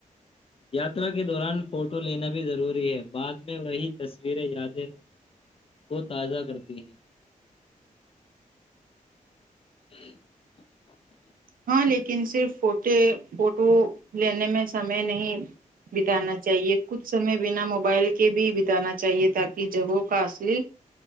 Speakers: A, on the left; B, on the right.
A: یاترا کے دوران فوٹو لینا بھی ضروری <unintelligible> ہوئی ہے بع میں وہی تصویر <unintelligible> صیریں یادیں کو تازہ کرتی ہیں <unintelligible>
B: ہاں لیکن صرف فوٹے فوٹو لینے میں سمے نہیں <unintelligible> بتانا چاہیے کچھ سمے بنا موبائل کے کے بھی بتانا چاہیے تاکہ جگہوں کا اصلی